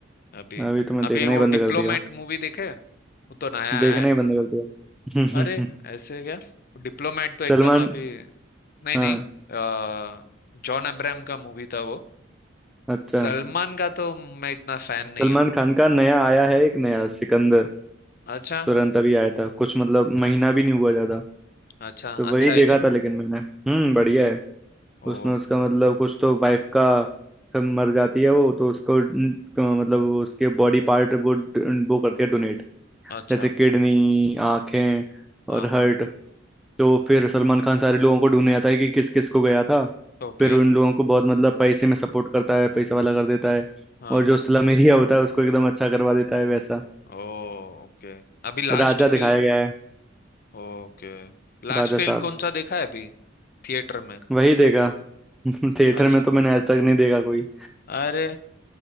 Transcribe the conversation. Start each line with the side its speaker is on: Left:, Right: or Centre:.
Left: अभी
Centre: अभी तो मैं
Left: अभी
Centre: देखना
Left: वो
Centre: ही बंद
Left: डिप्लोमेट
Centre: कर दिया
Left: मूवी देखे वो तो नया
Centre: देखना
Left: है
Centre: ही बंद कर दिया
Left: अरे ऐसे क्या डिप्लोमेट तो एकदम
Centre: <laughs> सलमान
Left: अभी नहीं
Centre: हाँ
Left: नहीं अ, जॉन अब्राहम का मूवी था वो
Centre: अच्छा
Left: सलमान का तो मैं इतना फैन नहीं
Centre: सलमान
Left: हूँ
Centre: खान का नया आया है एक नया सिकंदर
Left: अच्छा
Centre: तुरंत अभी आया था कुछ मतलब महीना भी नहीं हुआ ज्यादा
Left: अच्छा
Centre: तो
Left: अच्छा
Centre: वही
Left: है
Centre: देखा
Left: क्या
Centre: था लेकिन मैंने हम्म बढ़िया है
Left: ओ
Centre: उसमें उसका मतलब कुछ तो वाइफ का कब मर जाती है वो तो उसको न- क- मतलब उसके बॉडी पार्ट वो ड- वो करती है डोनेट
Left: अच्छा
Centre: जैसे किडनी आंखें
Left: हाँ
Centre: और
Left: हाँ
Centre: हार्ट तो फिर सलमान खान सारे लोगों को ढूंढने आता है कि किस किस को गया था
Left: ओके
Centre: फिर उन लोगों को बहुत मतलब पैसे में सपोर्ट करता है पैसा वाला कर देता है
Left: हाँ
Centre: और जो स्लम एरिया होता है उसको एकदम अच्छा करवा देता है वैसा
Left: ओ ओके अभी last
Centre: राजा दिखाया
Left: film
Centre: गया है
Left: okay last
Centre: राजा
Left: film
Centre: साहब
Left: कौन सा देखा है अभी थिएटर में
Centre: वही देखा <laughs> थिएटर
Left: अच्छा
Centre: में तो मैंने आज तक नहीं देखा कोई
Left: अरे